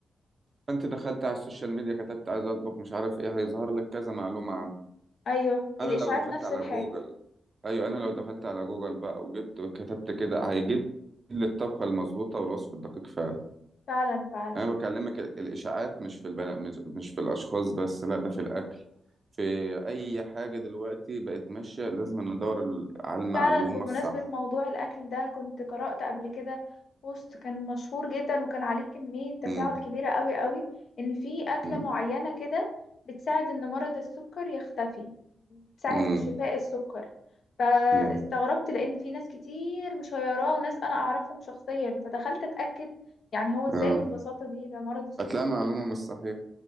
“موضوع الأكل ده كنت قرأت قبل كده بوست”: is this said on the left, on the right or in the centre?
Left